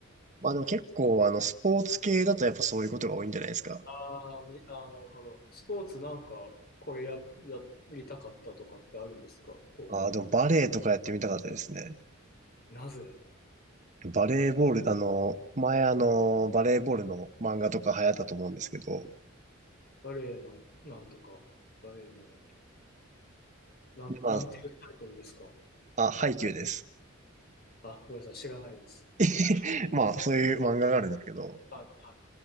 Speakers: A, on the right (about 35°); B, on the left (about 50°).
A: まあでも結構あのスポーツ系だとやっぱそういうことが多いんじゃないですか。
B: ああ、み、ああ、なるほど。スポーツなんか、これや、やりたかったとかってあるんですか高校の。
A: ああ、でもバレーとかやってみたかったですね。
B: なぜ
A: バレーボール、あの、前あの、バレーボールの漫画とか流行ったと思うんですけど、
B: バレエのなんとか、バレエのなんとか。なん、
A: で、まあ、
B: なんていうタイトルですか
A: あ、ハイキューです。
B: あ、ごめんなさい、知らないです。
A: <laughs> まあ、そういう漫画があるんですけど、
B: は